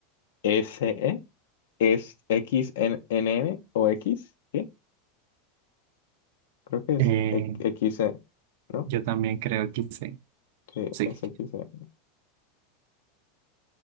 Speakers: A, on the left (about 85°); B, on the right (about 65°).
A: S-E, es X-N-N o X? ¿Qué? Creo que es
B: Eh,
A: e- X-E, ¿no?
B: yo también creo que sí.
A: Sí,
B: Sí.
A: es X-E.